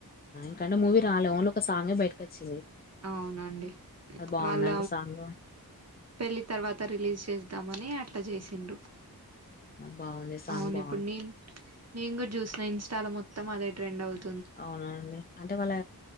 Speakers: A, on the left; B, on the right.
A: అయినా మూవీ రాల ఓన్లీ ఒక సాంగ్ బయటకి వచ్చి
B: అవునండి
A: బావుందా
B: వాళ్ళ
A: అండి సాంగు?
B: పెళ్లి తర్వాత రిలీజ్ చేద్దామని అట్లా చేసిండ్రు
A: బాగుంది సాంగ్
B: అవును
A: బాగుంది
B: ఇప్పుడు నేను నేను కూడా చూసిన ఇస్టాలో మొత్తం అదే ట్రెండ్ అవుతు
A: అవునండి అంటే వాళ్ళ